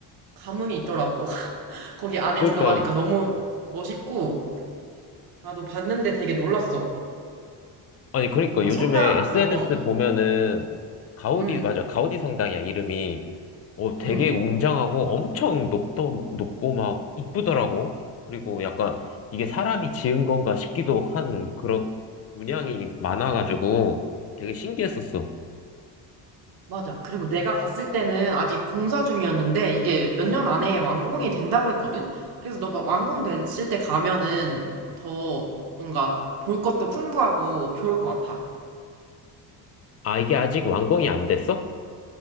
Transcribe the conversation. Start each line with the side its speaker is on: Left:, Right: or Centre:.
Right: 감흥이 있더라고. <laughs> 거기 안에
Left: 그니까,
Right: 들어가니까 너무 멋있고, 나도 봤는데 되게 놀랐어.
Left: 아니, 그러니까
Right: 뭔가
Left: 요즘에
Right: 성당,
Left: SNS
Right: 어, 어,
Left: 보면은 가우디,
Right: 음,
Left: 맞아. 가우디 성당이야, 이름이. 어, 되게
Right: 음.
Left: 웅장하고 엄청 높도, 높고 막 이쁘더라고. 그리고 약간 이게 사람이 지은 건가 싶기도 한 그런 문양이 많아가지고 되게 신기했었어.
Right: 맞아. 그리고 내가 갔을 때는 아직 공사 중이었는데 이게 몇 년 안에 완공이 된다고 했거든? 그래서 너가 완공됐을 때 가면은 더 뭔가 볼 것도 풍부하고 좋을 것 같아.
Left: 아, 이게 아직 완공이 안 됐어?